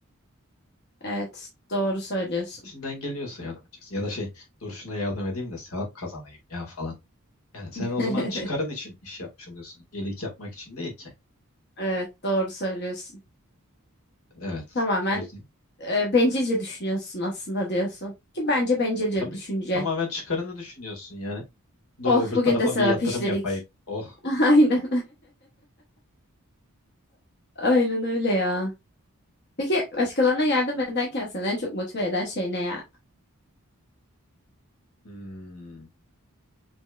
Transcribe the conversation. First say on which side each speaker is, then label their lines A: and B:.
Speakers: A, on the left; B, on the left.
A: Evet, doğru söylüyorsun.
B: İçinden geliyorsa yardım edeceksin. Ya da şey dur şuna yardım edeyim de sevap kazanayım ya falan. Yani sen
A: <laughs>
B: o zaman çıkarın için iş yapmış oluyorsun. İyilik yapmak için değil ki.
A: Evet, doğru söylüyorsun.
B: Evet.
A: Tamamen
B: O yüzden
A: e, bencilce düşünüyorsun aslında diyorsun. Ki bence bencilce
B: e, tabii
A: bir düşünce.
B: tamamen çıkarını düşünüyorsun yani. Dur
A: Oh,
B: öbür tarafa
A: bugün de sevap
B: bir yatırım
A: işledik.
B: yapayım. Oh.
A: <laughs> Aynen. <laughs> Aynen öyle ya. Peki başkalarına yardım ederken seni en çok motive eden şey ne ya?
B: Hmm.